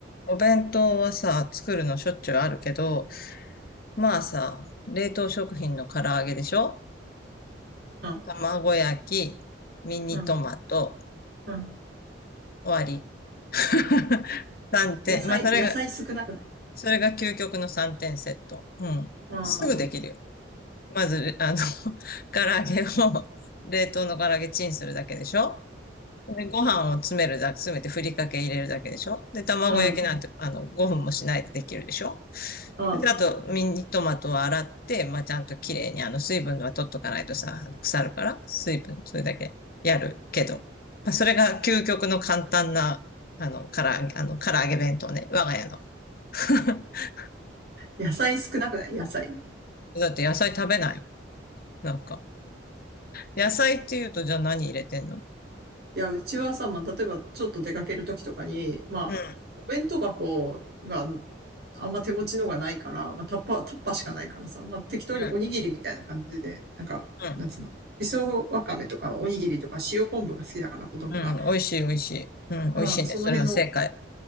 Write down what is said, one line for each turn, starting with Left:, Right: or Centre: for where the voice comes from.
Left: お弁当はさ、作るのしょっちゅうあるけど、まあさ、冷凍食品の唐揚げでしょ
Right: うん、
Left: 卵焼き、ミニトマト、
Right: うん、うん。
Left: 終わり。<laughs> 3点。
Right: 野菜、
Left: まあ、それが、
Right: 野菜少なくない
Left: それが究極の3点セット。うん。
Right: うん、
Left: すぐできるよ。まず、あの、<laughs> 唐揚げを、冷凍の唐揚げチンするだけでしょでご飯を詰めるだ、詰めてふりかけ入れるだけでしょで、卵焼きなんて、
Right: うん、
Left: あの、5分もしないでできるでしょ
Right: うん。
Left: で、あと、ミニトマトを洗って、まあ、ちゃんと綺麗に、あの、水分は取っとかないとさ、あの腐るから、水分、それだけやるけど。まあ、それが究極の簡単な、あの、から揚げ、あの、唐揚げ弁当ね、我が家の。<laughs>
Right: 野菜少なくない野菜。
Left: だって野菜食べない。なんか。野菜って言うと、じゃあ何入れてんの
Right: いや、うちはさ、まあ、例えばちょっと出かけるときとかに、まあ、
Left: うん、う
Right: お弁当箱がまあんま手持ちのがないから、まあ、タッパー、タッパーしかないからさ、まあ、適当におにぎりみたいな感じで、
Left: ん、
Right: なんか、
Left: うん、
Right: なんつうの、磯わかめとかのおにぎりとか塩昆布が好きだから子供が、
Left: うん、うん、美味しい、美味しい。うん、
Right: うん、
Left: 美味しいね。
Right: その辺の、
Left: それは正解。